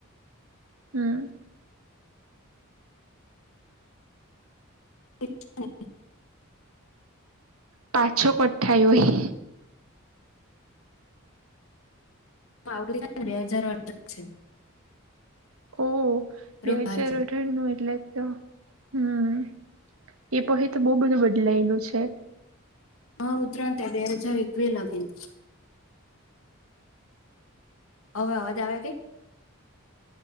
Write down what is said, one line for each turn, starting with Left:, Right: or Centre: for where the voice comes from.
Right: હમ.
Left: હા <unintelligible>
Right: પાછો કટ થયો ઈ.
Left: આવડ થાય ને બે હજાર અ છે.
Right: ઓ
Left: હા
Right: બે હજાર. નું એટલે તો હમ એ પછ તો બહુબધું બદલાયેલું છે.
Left: હા ઉતરાંત દેઢ હજાર એકવી લગીન. હવે આવાજ આવે છે.